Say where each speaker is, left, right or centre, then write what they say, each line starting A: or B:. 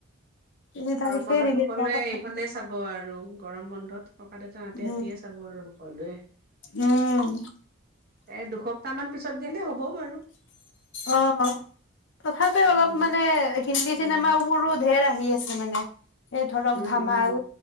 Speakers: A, on the left; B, on the right.
A: তিনি তাৰিখে
B: গৰম বন্ধত
A: ৰিলিজ
B: সকলোৱে
A: হোৱা কথা
B: এইখনে
A: আছিল।
B: চাব আৰু গৰম বন্ধত ককা দেউতা নাতি
A: উম।
B: সেতিয়ে চাব আৰু অলোৱে
A: উম
B: এ দুসপ্তাহ মান পিছত দিলে হ'ব হ'ব বাৰু
A: অ তথাপি
B: উম
A: অলপ মানে হিন্দী
B: উম
A: চিনেমা বোৰো ধেই আহি আছে জানানে এই ধৰক
B: উম
A: ধামাল
B: উম